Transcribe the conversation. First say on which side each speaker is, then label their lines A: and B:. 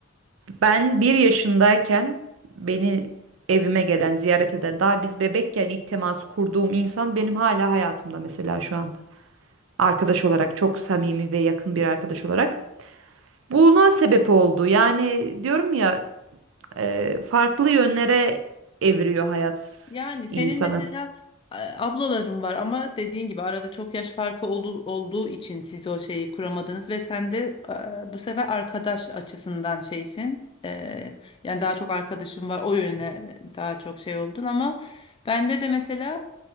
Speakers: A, on the right; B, on the left.
A: Ben bir yaşındayken beni evime gelen, ziyaret eden, daha biz bebekken ilk temas kurduğum insan benim hala hayatımda mesela şu anda. Arkadaş olarak çok samimi ve yakın bir arkadaş
B: <laughs>
A: olarak. Buna sebep oldu. Yani diyorum ya e, farklı yönlere evriyor hayat
B: Yani senin
A: insanı.
B: mesela e, ablaların var ama dediğin gibi arada çok yaş farkı olu- olduğu için siz o şeyi kuramadınız ve sen de e, bu sefer arkadaş açısından şeysin. E, yani daha çok arkadaşım var o yöne daha çok şey oldun ama bende de mesela